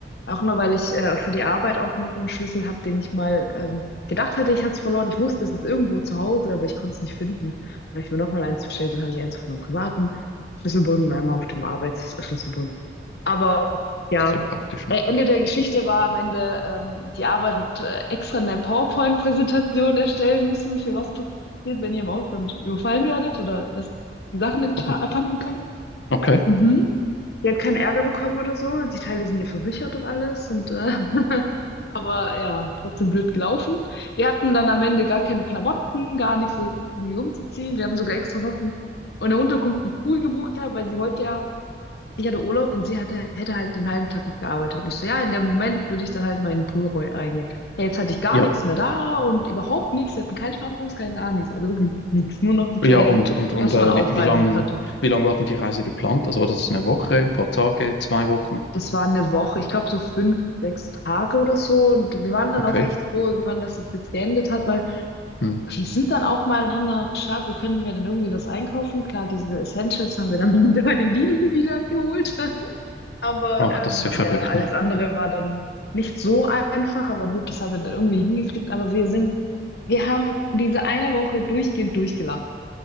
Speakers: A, on the left; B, on the left.
A: Auch nur, weil ich äh, für die Arbeit auch noch einen Schlüssel habe, den ich mal ähm, gedacht hatte, ich hatte es verloren. Ich wusste, es ist irgendwo zu Hause, aber ich konnte es nicht finden. Dann habe ich mir nochmal eins bestellt, dann habe ich eins von meinem privaten Schlüsselbund und einmal auf dem Arbeitsschlüsselbund. Aber ja,
B: so praktisch. ne?
A: äh, Ende der Geschichte war am Ende, ähm, die Arbeit hat äh, extra eine PowerPoint-Präsentation erstellen müssen, für was passiert, wenn ihr im Ausland überfallen werdet oder dass die Sachen in-
B: Oh,
A: abhanden kommen.
B: okay.
A: Mhm. Die hat keinen Ärger bekommen oder so. Die Teile sind ja versichert und alles. Und, äh, <laughs> aber ja, trotzdem blöd gelaufen. Wir hatten dann am Ende gar keine Klamotten, gar nichts irgendwie umzuziehen. Wir haben sogar extra noch ein, eine Unterkunft mit Pool gebucht gehabt, weil sie wollte ja, ich hatte Urlaub und sie hatte, hätte halt den halben Tag noch gearbeitet. Und ich so, ja, in dem Moment würde ich dann halt mal in den Pool rei- reingehen. Ja, jetzt hatte ich gar
B: Ja,
A: nichts mehr da und überhaupt nichts. Wir hatten kein Shampoos, kein gar nichts. Also wirklich nichts. Nur noch die Kleider,
B: ja, und, und, und
A: was
B: äh,
A: man auf
B: wie, wie
A: beiden
B: lang,
A: hatte.
B: wie lang war denn die Reise geplant? Also war das eine Woche, ein paar Tage, zwei Wochen?
A: Das war eine Woche, ich glaube so fünf, sechs Tage oder so. Und wir waren dann
B: Okay.
A: auch recht froh irgendwann, dass es jetzt geendet hat, weil
B: Hm.
A: wir sind dann auch mal und haben dann auch geschaut, wo können wir denn irgendwie was einkaufen. Klar, diese Essentials haben wir dann <laughs> bei dem Lidl wieder geholt. <laughs> Aber
B: Ach,
A: ähm,
B: das ist ja verrückt,
A: ja, alles
B: ne?
A: andere war dann nicht so einfach. Aber gut, das haben wir dann irgendwie hingekriegt. Aber wir sind, wir haben diese eine Woche durchgehend durchgelacht.